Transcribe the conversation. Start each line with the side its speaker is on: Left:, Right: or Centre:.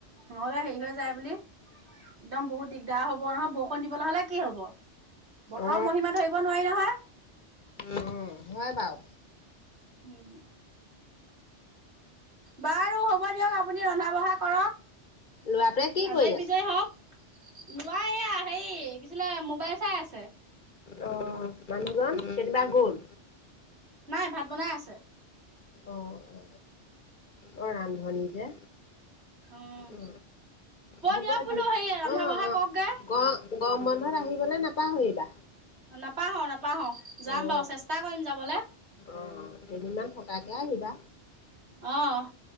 Right: নহ'লে হেৰি হৈ যায় বুলি একদম বহুত দিগদাৰ হ'ব নহয় বৰষুণ দিবলৈ হ'লে কি হব? বতৰৰ
Left: অ অ
Right: মহিমা ধৰিব নোৱাৰি নহয়।
Left: অ হয় বাও
Right: উম। বাৰু হ'ব দিয়ক আপুনি ৰন্ধা বঢ়া কৰক।
Left: লোৱাৰ পাই কি
Right: আজৰি
Left: কৰি
Right: বিজয়ী
Left: আছ?
Right: হওক। লোৱা এয়া হেৰি কিছিলে মোবাইল চাই আছে।
Left: আহ মানুহজন কেতিয়িবা গ'ল।
Right: নাই ভাত বনাই আছে
Left: অ অ অ ৰান্ধনী যে
Right: উম।
Left: অ হ'ব
Right: দিয়ক
Left: দ
Right: বোলো হেৰি ৰন্ধা
Left: অ
Right: বঢ়া
Left: অ
Right: কৰকগে
Left: গ গম বন্ধত আহিবলৈ নাপাহৰিবা।
Right: নাপাহৰো নাপাহৰো যাম
Left: অ',
Right: বাৰু চেষ্টা কৰিম যাবলৈ
Left: অ কেইদিনমান থকাকে আহিবা
Right: অ'